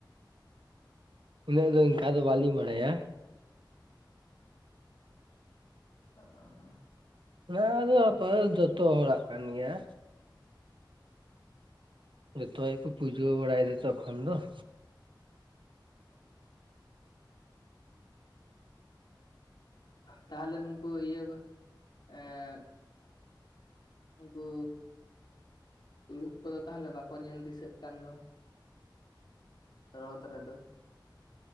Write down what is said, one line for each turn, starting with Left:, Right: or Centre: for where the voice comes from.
Right: ᱩᱱᱟᱹᱜ ᱫᱚ ᱤᱱᱠᱟ ᱫᱚ ᱵᱟᱞᱤᱧ ᱵᱟᱲᱟᱭᱟ᱾
Left: ᱟᱹᱜ ᱟᱸᱻ᱾
Right: ᱚᱱᱟ ᱟᱫᱚ ᱟᱯᱱᱟᱨ ᱡᱚᱛᱚ ᱦᱚᱲᱟᱜ ᱠᱟᱱ ᱜᱮᱭᱟ᱾ ᱡᱚᱛᱚ ᱜᱮᱠᱚ ᱯᱩᱡᱟᱹ ᱵᱟᱲᱟᱭ ᱫᱟ ᱛᱚᱠᱷᱚᱱ ᱫᱚ᱾
Left: ᱛᱟᱦᱚᱞᱮ ᱱᱩᱝᱠᱩ ᱤᱭᱟᱹ ᱮᱸᱜᱼᱼ ᱩᱱᱠᱩ ᱛᱩᱲᱩᱠ ᱠᱩᱫᱚ ᱛᱟᱦᱚᱞᱮ ᱵᱟᱠᱚ ᱧᱮᱞ ᱫᱤᱥᱟᱹᱜ ᱠᱟᱱ ᱫᱚ? ᱨᱚᱛ ᱨᱮᱫᱚ?